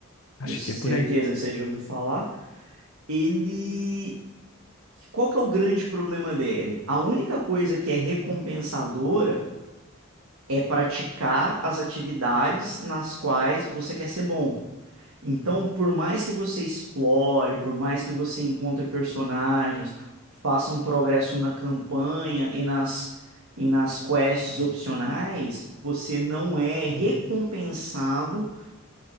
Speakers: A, on the left; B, on the right.
A: Acho
B: Eu certeza
A: que é por aí.
B: que você já ouviu falar. Ele. Qual que é o grande problema dele? A única coisa que é recompensadora é praticar as atividades nas quais você quer ser bom. Então, por mais que você explore, por mais que você encontre personagens, faça um progresso na campanha e nas, e nas quests opcionais, você não é recompensado